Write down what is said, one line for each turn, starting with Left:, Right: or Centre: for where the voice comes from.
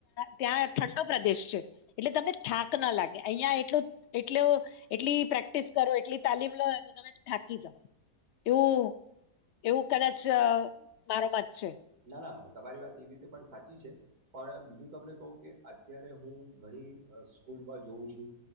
Left: ત્યાં ત્યાં ઠંડો પ્રદેશ છે એટલે તમને થાક ના લાગે અહં એટલું એટ એટલી પ્રેક્ટિસ કરો એટલી તાલીમ લો તો તમે થાકી જાઓ એવું એવું કદાચ મારો મત છે
Right: હ ના તમારી વાત એ રીતે પણ સાચી છે પણ બીજું તમને કહું કે અત્યારે હું ઘણી સ્કૂલમાં જોઉ છું